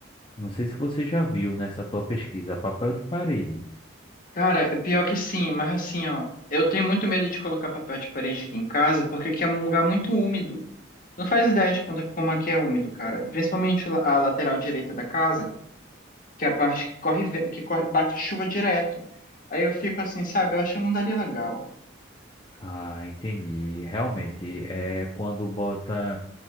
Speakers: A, on the left (about 25°); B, on the left (about 45°).
A: Não sei se você já viu nessa tua pesquisa, papel de parede.
B: Cara, é pior que sim, mas assim, ó, eu tenho muito medo de colocar papel de parede aqui em casa, porque aqui é um lugar muito úmido. Não faz ideia de quanto- como aqui é úmido, cara. Principalmente la- a lateral direita da casa, que é a parte que corre, ve- que corre, bate chuva direto. Aí eu fico assim, sabe? Eu acho que não daria legal.
A: Ah, entendi. Realmente, é quando bota